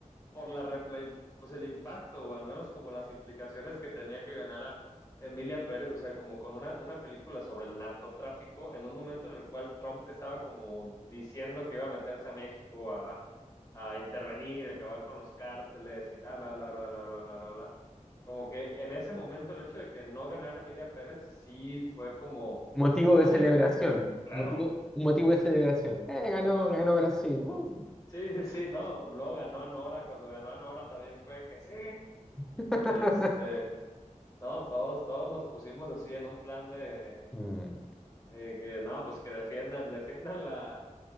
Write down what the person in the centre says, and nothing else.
Motivo
de
celebración.
Motivo, un motivo de celebración. Eh, ganó, ganó Brasil. ¡Uh!
<laughs>
Mm.